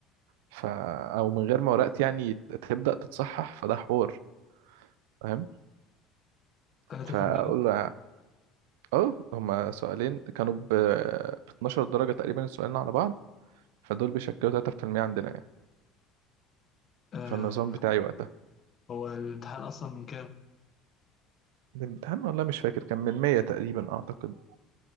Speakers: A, on the right (about 80°); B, on the left (about 40°).
A: ف او من غير ما ورقتي يعني تبدا تتصحح فده حوار فاهم
B: 3%
A: فاقول له اه هما سؤالين كانوا ب ب 12 درجة تقريبا السؤالين على بعض فدول بيشكلوا 3% عندنا يعني
B: آه
A: فالنظام بتاعي وقتها
B: هو الامتحان اصلا من كام؟
A: الامتحان والله مش فاكر كان من 100 تقريبا أعتقد